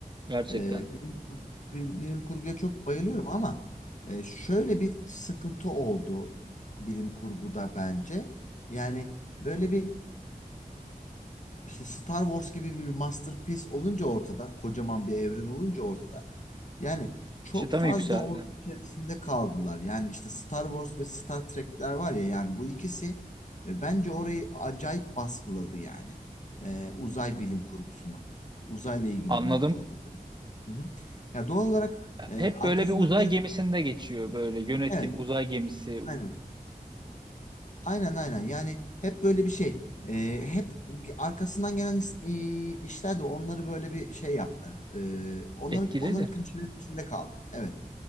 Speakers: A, on the right; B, on the left.
A: gerçekten
B: E, bilim, kur- bir- bilim kurguya çok bayılıyorum ama e, şöyle bir sıkıntı oldu bilim kurguda bence. Yani böyle bir işte Star Wars gibi bir masterpiece olunca ortada, kocaman bir evren olunca ortada. Yani çok
A: çıtam
B: fazla
A: yükseldi.
B: onun içerisinde kaldılar. Yani işte Star Wars ve Star Trek'ler var ya yani bu ikisi e, bence orayı acayip baskıladı yani. E, uzay bilim kurgusunu. Uzayla ilgili
A: Anladım.
B: bilim kurgu. Hı hı. Ya doğal olarak e,
A: Hep
B: arkasından
A: böyle bir uzay
B: gelen
A: gemisinde geçiyor böyle yönetim
B: evet
A: uzay gemisi
B: aynen. Aynen aynen yani hep böyle bir şey Ee, hep arkasından gelen is- i- işler de onları böyle bir şey yaptı Ee, onların
A: etkiledi.
B: onların klişelerin içinde kaldı evet